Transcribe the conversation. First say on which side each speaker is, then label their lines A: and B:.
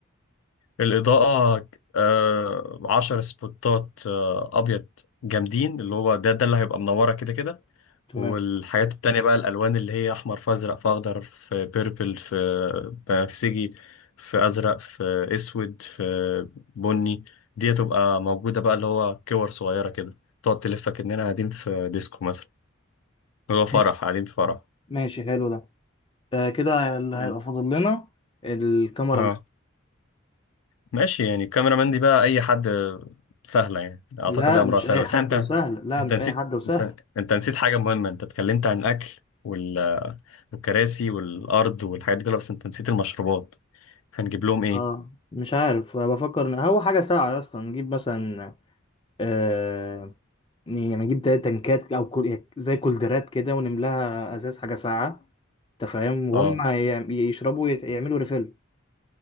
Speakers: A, on the left (about 85°); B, on the left (about 25°).
A: الإضاءة آه... عشر سبوتات آه... أبيض جامدين اللي هو ده ده اللي هيبقى منورة كده كده
B: تمام
A: والحاجات التانية بقى الألوان اللي هي أحمر في أزرق في أخضر في بيربل في بنفسجي في أزرق في أسود في بني دي هتبقى موجودة بقى اللي هو كور صغيرة كده تقعد تلفك إننا قاعدين في ديسكو مثلا هو فرح
B: ماشي
A: قاعدين في فرح
B: ماشي حلو ده آه كده اللي
A: مم.
B: هيبقى فاضل لنا الكاميرا
A: اه ماشي يعني الكاميرا مان دي بقى اي حد سهله يعني اعتقد
B: لا
A: ده
B: ولا
A: امرها
B: مش
A: سهله
B: اي
A: بس
B: حد
A: انت
B: وسهل لا
A: انت
B: مش
A: نسيت
B: اي حد وسهل
A: انت انت نسيت حاجه مهمه انت اتكلمت عن الاكل وال... والكراسي والارض والحاجات دي كلها بس انت نسيت المشروبات هنجيب لهم ايه
B: اه مش عارف أنا بفكر ان هو حاجه ساعه اصلا نجيب مثلا آه يعني نجيب تلات تنكات او كل... زي كولدرات كده ونملاها ازاز حاجه ساعه انت فاهم وهم
A: اه
B: ي- يشربوا ويت- يعملوا ريفيل